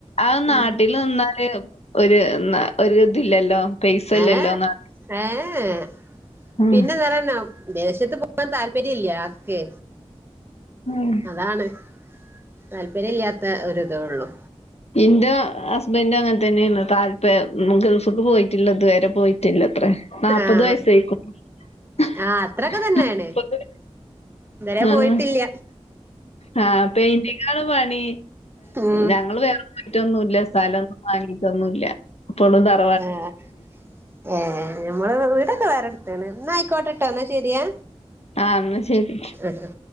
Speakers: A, on the left; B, on the right.
A: ആ നട
B: ഉം
A: വട്ടിൽ നിന്നാല് ഒരു ഒ ഇതില്ലല്ലോ പൈസല്ലല്ലോ
B: ഏഹ്
A: നാ
B: ഏഹ്
A: ഉം
B: പിന്നെ എന്താ അറിയണോ വിദേശത്ത് പോവാൻ താല്പര്യ ഇല്ല ആൾക്ക്
A: ഉം.
B: അതാണ് താല്പര്യ ഇല്ലാത്ത ഒരിതേ ഉള്ളൂ
A: ഇന്റെ ഹസ്ബൻഡും അങ്ങനെ തന്നെയാണ് താല്പയം ഗൾഫ്ക്ക് പോയിട്ടില്ല ഇതുവരെ പോയി ട്ടില്ലത്ര നാല്പ്പത്
B: ആഹ്
A: വയസായിക്ക്ണ്‌ <unintelligible>
B: ആഹ് അത്രൊക്കെ തന്നെയാണ് ഇതുവരെ
A: ആഹ്
B: പോയിട്ടില്ല
A: ആ പെയിന്റിങ്ങാണ് പണി
B: ഉം
A: ഞങ്ങൾ വേറെ മറ്റോന്നുംല്ല സ്ഥലൊന്നും വാങ്ങീട്ടൊന്നുംല്ല ഇപ്പളും തറ
B: ആഹ് ഏഹ് ഞമ്മള് വീടൊക്കെ വേറെടുത്താണ് എന്നാ ആയിക്കോട്ടെട്ടോ എന്നാ ശെരിയെ
A: ആഹ് എന്നാ ശെരി.
B: ആഹ് ആഹ്